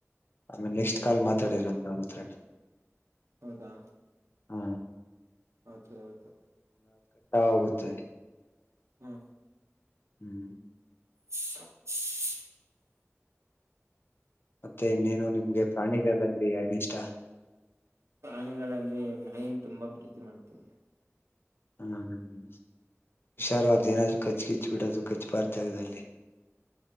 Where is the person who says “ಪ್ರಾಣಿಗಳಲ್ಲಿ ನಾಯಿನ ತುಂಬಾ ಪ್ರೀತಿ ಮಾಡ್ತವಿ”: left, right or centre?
Right